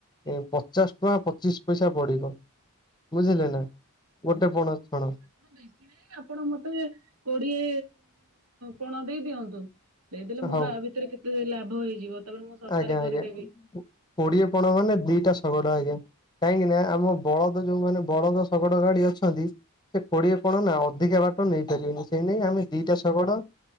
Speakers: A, on the left; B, on the right.
A: ଏ ପଚାଶ ଟଙ୍କା ପଚିଶ ପଇସା ପଡିବ, ବୁଝିଲେ ନା। ଗୋଟେ ପଣ ଛଣ
B: ଆପଣ ବେଶୀ ନାହିଁ ଆପଣ ମତେ କୋଡିଏ ପଣ ଦେଇଦିଅନ୍ତୁ, ଦେଇଦେଲେ ମୋର
A: ହଉ
B: ଆ ଭିତରେ କେତେ ଲାଭ ହେଇଯିବ। ତାପରେ ମୁଁ ଶସ୍ତାରେ
A: ଆଜ୍ଞା
B: କରିଦେବି
A: ଆଜ୍ଞା, କୋଡିଏ
B: ହୁଁ।
A: ପଣ ମାନେ ଦିଟା ଶଗଡ ଆଜ୍ଞା କାହିଁକି ନା ଆମ ବଳଦ ଯୋଉମାନେ ବଳଦ ଶଗଡ ଗାଡି ଅଛନ୍ତି ସେ କୋଡିଏ ପଣ ନା ଅଧିକା ବାଟ ନେଇପାରିବେନି, ସେଇ ନେଇ ଆମେ ଦିଟା ଶଗଡ଼